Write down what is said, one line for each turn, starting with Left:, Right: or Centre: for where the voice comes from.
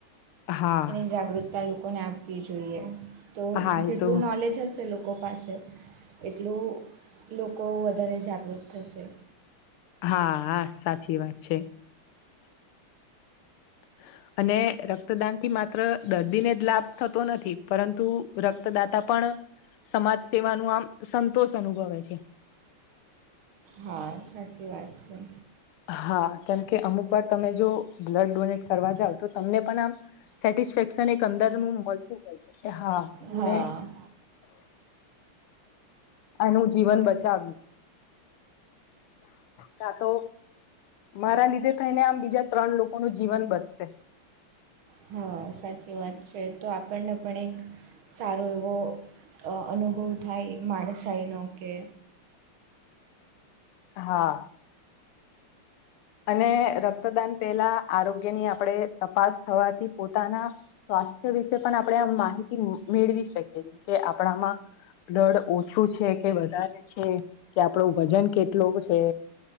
Left: હા
Right: એની જાગૃતતા લોકોને આપવી જોઈએ, તો
Left: હા એ
Right: જેટલું
Left: તો
Right: નોલેજ હશે લોકો લોકો પાસે એટલું લોકો વધારે જાગૃત થશે.
Left: હા હા સાચી વાત છે. હ. અને રક્તદાન થી માત્ર દર્દીને જ લાભ થતો નથી, પરંતુ રક્તદાતા પણ સમાજ સેવા નું આમ સંતોષ અનુભવે છે.
Right: હા સાચી વાત છે.
Left: હા કેમ કે અમુક વાર તમે જો બ્લડ ડોનેટ કરવા જાવ તો તમને પણ આમ સેટિસ્ફેક્શન એક અંદરનું હા
Right: હા
Left: મે આનું જીવન બચાવ્યું કા તો મારા લીધે થઈને આમ બીજા ત્રણ લોકો નું જીવન બચશે.
Right: હા સાચી વાત છે તો આપણને પણ એક સારો એવો અનુભવ થાય માણસાઈનો કે
Left: હા. અને રક્તદાન પેલા આરોગ્યની આપણેે તપાસ થવાથી પોતાના સ્વા સ્થ્ય વિશે પણ આપણે આ માહિતી મેળવી શકીએ, જે કે આપણામાં દળ ઓછું છે કે વધારે છે, કે આપણો વજન કેટલો છે.